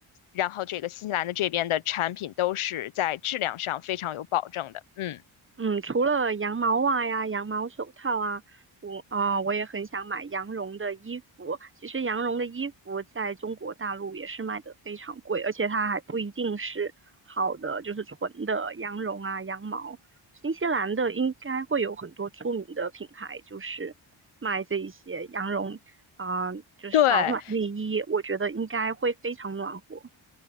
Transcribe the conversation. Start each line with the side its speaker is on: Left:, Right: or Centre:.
Left: 然后这个新西兰的这边的产品都是在质量上非常有保证的，嗯，
Right: 嗯，除了羊毛袜呀、羊毛手套啊，我啊、我也很想买羊绒的衣服。其实羊绒的衣服在中国大陆也是卖的非常贵，而且它还不一定是好的，就是纯的羊绒啊、羊毛。新西兰的应该会有很多出名的品牌，就是卖这一些羊绒啊、就是保暖内衣，
Left: 对。
Right: 我觉得应该会非常暖和。